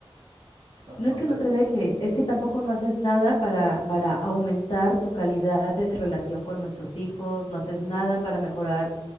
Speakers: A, on the right; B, on the left.
A: No,
B: No
A: no
B: es que
A: sé.
B: no te deje, es que tampoco no haces nada para, para aumentar tu calidad de relación con nuestros hijos, no haces nada para mejorar